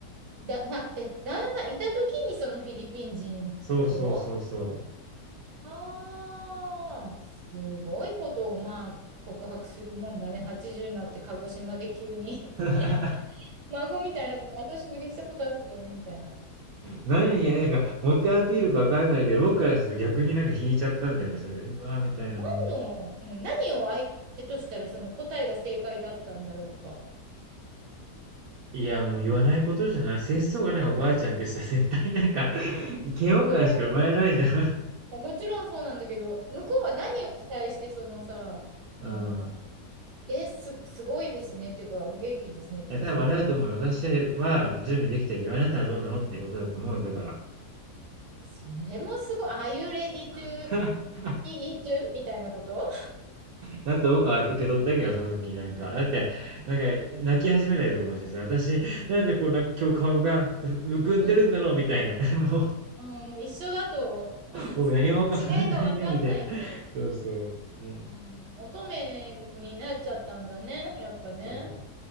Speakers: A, on the right; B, on the right.
A: だ、な、え、旦那さんいた時に、そのフィリピン人と、
B: そうそうそうそう。
A: ああ、すごいことをまあ告白するもんだね。80になって鹿児島で急に
B: <laughs>
A: <laughs> 孫みたいなこと、私不倫したことあるんだよね、みたいな。
B: 何や、なんか、モテアピールかわかんないけど、僕からすると逆になんか引いちゃったんだよね、それで。うわーみたいな、
A: 何の、
B: もう。
A: うん何を相手としたらその答えが正解だったんだろうか。
B: いや、もう言わないことじゃない。節操がないおばあちゃんってさ、絶対なんか、<laughs> 嫌悪感しか生まれないじゃん。
A: それは、もちろんそうなんだけど、向こうは何を期待して、そのさ、その、
B: うん。
A: え、す、すごいですねっていうか、お元気ですねっていうか、
B: え、多分あれだと思うよ。
A: その、
B: 私は準備できてるよ。あなたはどうなのってことだと思うよ、だから。
A: それもすごい、Are you ready to
B: <laughs>
A: eat? みたいなこと
B: だって僕は受け取ったけど、その時になんか。だって、なんか泣き始めたりとかもしてさ、私、なんでこんな今日顔がむむくんでるんだろうみたいな。
A: <laughs> うん
B: <laughs> もう、
A: うん、もう一緒だと、
B: 僕何も変わんないよみたいな。
A: 違いがわかんないと、
B: <laughs> そうそう。うん。
A: うん、乙女になっちゃったんだね、やっぱね。
B: そ